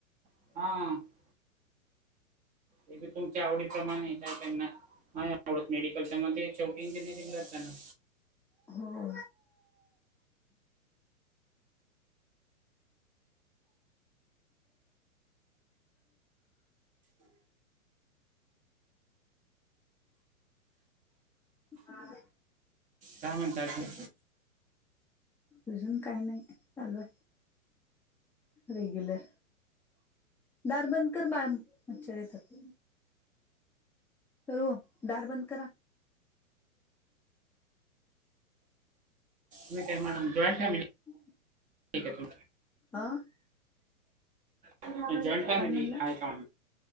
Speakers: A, on the right (about 20°); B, in the centre.
A: हा हे तुमच्या आवडीप्रमाणे काही त्यांना नाही आवडत मेडिकलच्या मध्ये इंजिनिअरिंगला जाणार
B: होा ह
A: दहा मिनिटांनी
B: अजून काही नाही चालूय रेग्युलर, दार बंद कर बाळ मच्छर येतात ओ दार बंद करा
A: जॉईन फॅमिली
B: हम्
A: ठीक आहे
B: हा
A: तुमची जॉईंट फॅमिली
B: काय म्हणला?
A: आहे का?